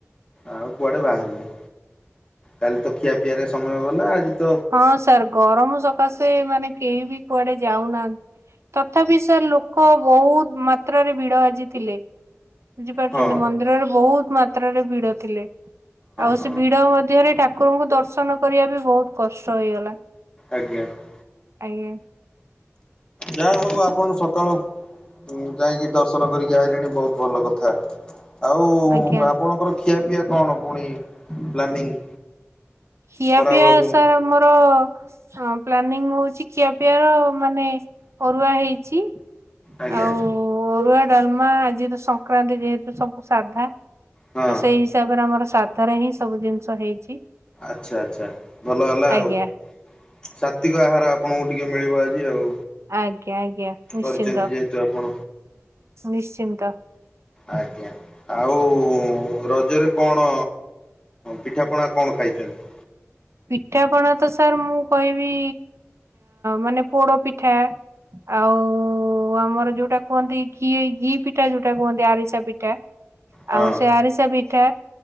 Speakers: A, on the left; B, on the right.
A: ଆଉ କୁଆଡେ ବାହାରିନୁ। କାଲି ତ ଖିଆ ପିଆରେ ସମୟ ଗଲା। ଆଜି ତ
B: ହଁ ସାର ଗରମ ସକାଶେ ମାନେ କେହି ବି କୁଆଡେ ଯାଉନାହାନ୍ତି ତଥାପି ସାର ଲୋକ ବହୁତ ମାତ୍ରାରେ ଭିଡ ଆଜି ଥିଲେ। ବୁଝିପାରୁଛନ୍ତି
A: ହଁ
B: ମନ୍ଦିରରେ ବହୁତ ମା ତ୍ରାରେ ଭିଡ଼ ଥିଲେ। ଆଉ
A: ହଁ
B: ସେ ଭିଡ ମଧ୍ୟରେ ଠାକୁରଙ୍କୁ ଦର୍ଶନ କରିବା ବି ବହୁତ କଷ୍ଟ ହେଇଗଲା।
A: ଆଜ୍ଞା ।
B: ଆଜ୍ଞା ।
A: ଯାହା ହଉ ଆପଣ ସକାଳୁ ଉ ଯାଇକି ଦର୍ଶନ କରିକି ଆଇଲେଣି ବହୁତ ଭଲ କଥା ଆଉ
B: ଆଜ୍ଞା
A: ଆପଣଙ୍କର ଖିଆ ପିଆ କଣ ପୁଣି ପ୍ଲାନିଂ
B: ଖିଆ
A: ଖରାବେଳକୁ
B: ପିଆ ସାର ମୋର ହଁ ପ୍ଲାନିଂ ହଉଛି ଖିଆପିଆ ର ମାନେ ଅରୁଆ ହେଇଛି।
A: ଆଜ୍ଞା
B: ଆଉ ଅରୁଆ ଡାଲମା ଆଜିର ସଂକ୍ରାନ୍ତି ଯେହେତୁ ସବୁ ସାଧା।
A: ହଁ
B: ତ ସେଇ ହିସାବରେ ଆମର ସାଧାରେ ହିଁ ସବୁ ଜିନିଷ ହେଇଛି।
A: ଆଚ୍ଛା ଆଚ୍ଛା ଭଲ ହେଲା
B: ଆଜ୍ଞା।
A: ଆଉ। ସା କତିକ ଆହାର ଆପଣଙ୍କୁ ଟିକେ ମିଳିବ ଆଜି ଆଉ।
B: ଆଜ୍ଞା ଆଜ୍ଞା ନିଶ୍ଚିନ୍ତ।
A: କରିଛନ୍ତି ଯେହେତୁ ଆପଣ
B: ନିଶ୍ଚିନ୍ତ।
A: ଆଜ୍ଞା ଆଉ ରଜରେ କଣ ପିଠାପଣା କଣ ଖାଇଛନ୍ତି?
B: ପିଠାପଣା ତ ସାର୍ ମୁଁ କହିବି ମାନେ ପୋଡ ପିଠା ଆଉ ଆମର ଯୋଉଟା କୁହନ୍ତି ଘି ଘି ପିଠା ଯୋଉଟା କୁହନ୍ତି ଆରିସା ପିଠା।
A: ହଁ
B: ଆଉ ସେ ଆରିସା ପିଠା